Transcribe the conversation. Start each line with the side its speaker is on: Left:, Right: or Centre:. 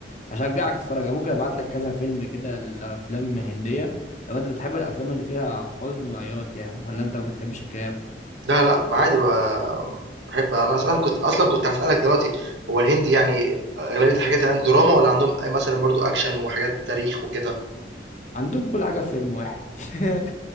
Left: هشجعك تتفرج ممكن ابعت لك كذا فيلم كده الافلام هندية لو انت بتحب الافلام اللي فيها حزن وعياط يعني ولا انت ما بتحبش الكآبة
Right: لا لا ما عادي بقى بحب انا اصلا كنت اصلا كنت هسألك دلوقتي هو الهندي يعني اغلبية الحاجات هناك دراما ولا عندهم مثلا برضو اكشن وحاجات تاريخ وكده
Left: عندهم كل حاجة في فيلم واحد <laughs>